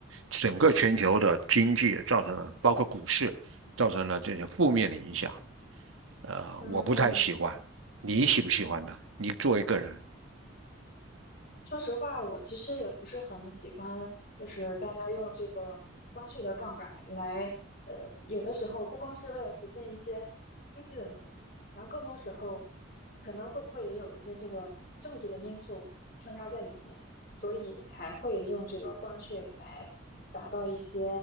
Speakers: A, on the right; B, on the left.
A: 整个全球的经济造成了，包括股市造成了这些负面的影响。呃，
B: 嗯嗯。
A: 我不太喜欢，你喜不喜欢呢？你作为个人，
B: 说实话，我其实也不是很喜欢，就是大家用这个关税的杠杆来，呃，有的时候不光是为了实现一些经济的目的，然后更多时候可能会不会也有一些这个政治的因素穿插在里面，所以才会用这个关税来达到一些